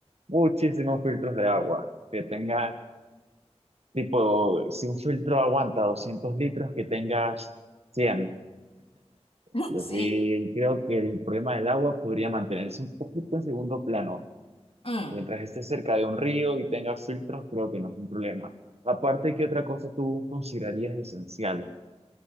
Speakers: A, on the right (about 65°); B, on the left (about 55°).
A: muchísimos filtros de agua. Que tengas, tipo, si un filtro aguanta 200 litros, que tengas 100.
B: <laughs>
A: Pero
B: sí.
A: sí, <laughs> creo que el problema del agua podría mantenerse un poquito en segundo plano.
B: Mm.
A: Mientras estés cerca de un río y tengas filtros, creo que no es un problema. Aparte, ¿qué otra cosa tú considerarías esencial?